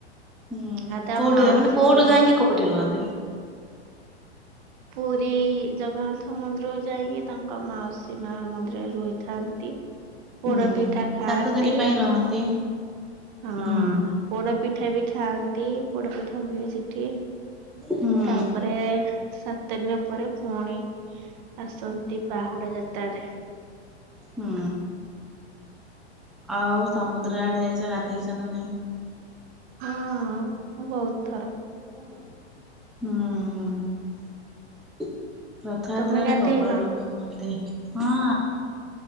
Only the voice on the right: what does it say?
ଆଉ ତା
ମାଉସୀଙ୍କ
ଘରେ
ପୁରୀ ଜଗନ୍ନାଥ ମନ୍ଦିର ଯାଇକି ତାଙ୍କ ମାଉସୀ ମା ମନ୍ଦିରରେ ରହିଥାନ୍ତି।
ପୋଡ ପିଠା ଖାଆନ୍ତି
ହଁ,
ପୋଡପିଠା ବି ଖାଆନ୍ତି, ପୋଡପିଠା ହୁଏ ସେଠି।
ତାପରେ ସାତ ଦିନ ପରେ ପୁଣି ଆସନ୍ତି ବାହୁଡା ଯାତ୍ରାରେ।
ହଁ ମୁଁ ବହୁତ ଥର।
ତମେ ଗାଧେଇନ?